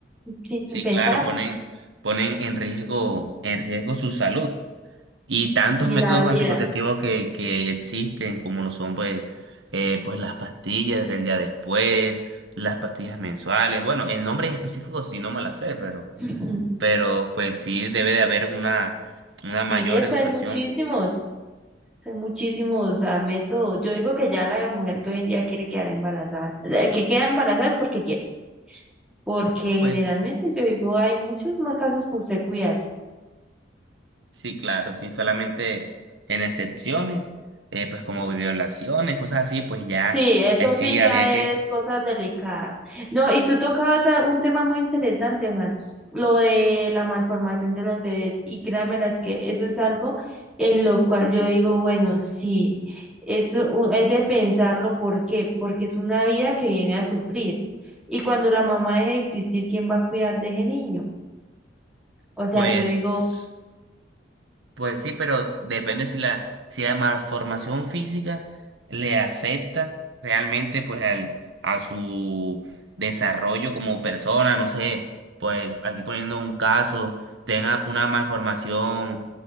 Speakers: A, in the centre; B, on the right.
A: sin
B: Sí,
A: pensar.
B: claro, ponen, ponen en riesgo, en riesgo su salud. Y tantos
A: Y
B: métodos
A: la vida.
B: anticonceptivos que, que existen, como lo son pues, eh, pues las pastillas del día después, las pastillas mensuales. Bueno, el nombre en específico sí no me la sé, pero,
A: <laughs>
B: pero pues sí debe de haber una, una mayor
A: Sí, esto
B: educación.
A: hay muchísimos, hay muchísimos ah, métodos. Yo digo que ya la mujer que hoy en día quiere quedar embarazada, eh, que queda embarazada es porque quiere, porque
B: Pues
A: generalmente yo digo hay muchos más casos por usted cuidarse.
B: sí, claro, sí, solamente en excepciones, eh, pues como violaciones, cosas así, pues ya,
A: Sí, eso
B: ahí sí
A: sí ya
B: había
A: es
B: que,
A: cosas delicadas. No, y tú tocabas a- un tema muy interesante, Juan, lo de la malformación de los bebés. Y créanme las que eso es algo en lo cual yo digo, bueno, sí, eso u- es de pensarlo, ¿por qué? Porque es una vida que viene a sufrir. Y cuando la mamá deje de existir, ¿quién va a cuidar de ese niño? O sea,
B: pues.
A: yo digo,
B: Pues sí, pero depende si la, si la malformación física le afecta realmente pues al, a su desarrollo como persona, no sé, pues aquí poniendo un caso, tenga una malformación